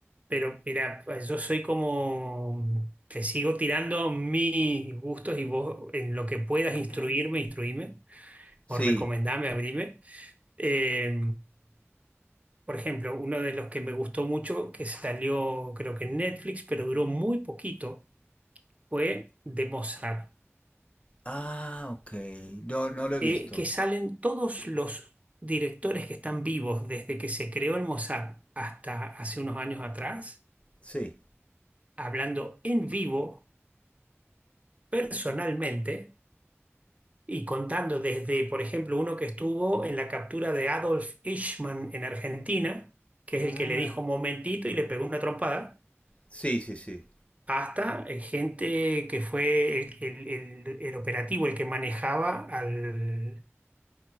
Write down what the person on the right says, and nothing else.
pero mira, pues, yo soy como, te sigo tirando mis gustos y vos en lo que puedas instruirme, instruíme
o recomendame, abrime. Eh, por ejemplo, uno de los que me gustó mucho, que salió creo que en Netflix, pero duró muy poquito, fue de Mozart,
eh, que salen todos los directores que están vivos desde que se creó el Mozart hasta hace unos años atrás
hablando en vivo, personalmente, y contando desde, por ejemplo, uno que estuvo en la captura de Adolf Eichmann en Argentina, que es
el que le dijo un momentito y le pegó una trompada,
hasta eh, gente que fue el, el- el- el operativo, el que manejaba al,